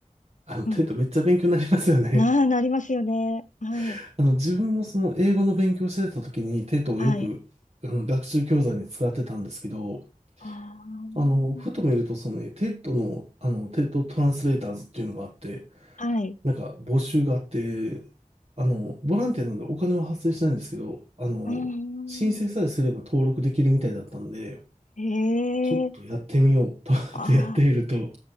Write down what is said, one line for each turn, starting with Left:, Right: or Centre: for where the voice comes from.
Right: あの、
Left: うん。
Right: テッドめっちゃ勉強になりますよね。
Left: なあ、なりますよね。はい。
Right: <laughs> あの、自分もその英語の勉強してた時にテッドをよく、
Left: はい。
Right: あの、学習教材に使ってたんですけど、
Left: あ
Right: あの、ふと見るとそのね、テッドの、あの、テッドトランスレーターズっていうのがあって、
Left: あ。はい。
Right: なんか募集があって、あの、ボランティアなんでお金は発生しないんですけど、あの、
Left: うー
Right: 申請さえすれば登録できるみたいだったんで、
Left: ん。ええ。
Right: ちょっとやってみよう <laughs> と思ってやってみると、
Left: あ